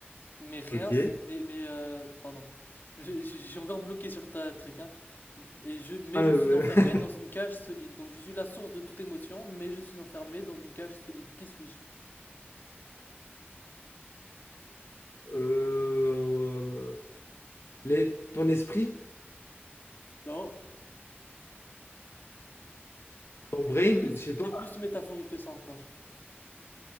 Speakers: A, on the left; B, on the left.
A: Mais rien,
B: Ok.
A: s- mais, mais euh, pardon. Je, je- je suis encore bloqué sur ta truc, hein. Et je, mais
B: Ah,
A: je suis
B: mais-
A: enfermé dans une cage solide. Donc je suis la source de toute émotion, mais je suis enfermé dans une cage solide. Qui suis-je?
B: euh, les- ton esprit,
A: Non,
B: ton brain,
A: c'est plus,
B: je sais pas,
A: c'est plus métaphorique que ça encore.